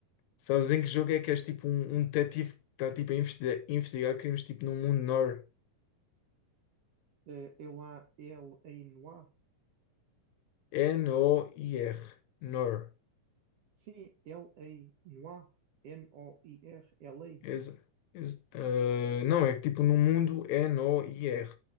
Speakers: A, on the left; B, on the right.
A: Sabes em que jogo é que és tipo um, um detetive que está tipo a investigar, investigar crimes tipo no mundo Nor.
B: É Ela, El, Ainhoa?
A: N-O-I-R. Nor.
B: Sim, L-A, Noir, N-O-I-R, l a
A: Exa, ex- eh, não, é que tipo no mundo N-O-I-R.